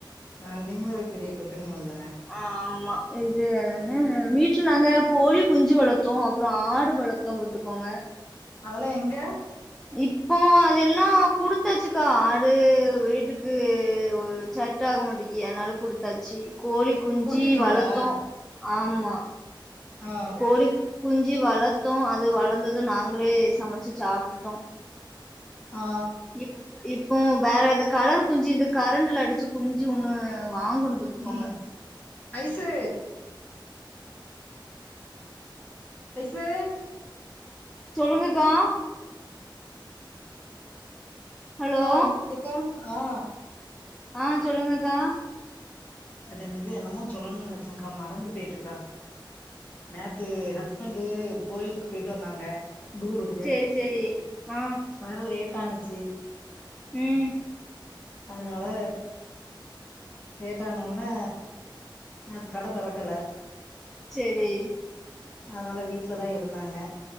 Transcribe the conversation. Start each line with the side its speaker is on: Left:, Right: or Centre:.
Left: ஆ நீங்களு ஒரு பெரிய பெட்டனிமல்தான
Centre: ஆ ஆமா இது அது என்ன வீட் ல நாங்க கோழி குஞ்சு வளத்தோ அப்புறோ ஆடு வளத்தோ பாத்துக்கோங்க
Left: அதுல்லா எங்க
Centre: இப்போ அதெல்லா குடுத் தாச்சுக்கா ஆடு வீட்டுக்கு செட் ஆக மாட்டிக்கி அதனால குடுத்தாச்சு கோழி குஞ்சி
Left: குடுத்துட்டீங்களா
Centre: வளர்த்தோ ஆமா
Left: ஆ
Centre: கோழி குஞ்சி வளத்தோ அது வளர்ந்தது நாங்களே சமச்சு சாப்டுட்டோ
Left: ஆ
Centre: இப் இப்ப வேற எத கலர் குஞ்சி இந்த கரண்டுல அடிச்சு குஞ்சி ஒன்னு வாங்கணு பாத்துக்கோங்க
Left: ம் ஐசு ஐசு
Centre: சொல்லுங்கக்கா ஹலோ
Left: ஆ எக்கா ஆ
Centre: ஆ சொல்லுங்கக்கா
Left: அது என்னது என்னமோ சொல்லணு நெனைச்சேக்கா மறந்து போய்ட்டுக்கா நேத்து ஹஸ் பண்டு கோயிலுக்கு போய்ட்டு வந்தாங்க டூருக்கு
Centre: சேரி சேரி ஆ
Left: வர லேட் ஆனுச்சு
Centre: ம்
Left: அதனால லேட் ஆன ஒன்னே நேத்து கட தொறக்கல
Centre: சேரி
Left: அதனால வீட்லதா இருந்தாங்க